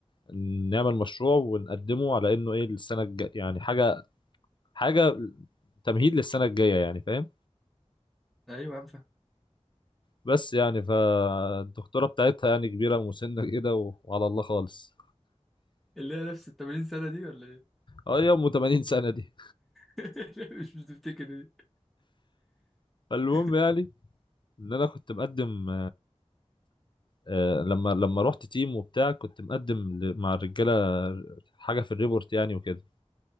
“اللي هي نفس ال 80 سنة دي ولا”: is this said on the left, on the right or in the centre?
Centre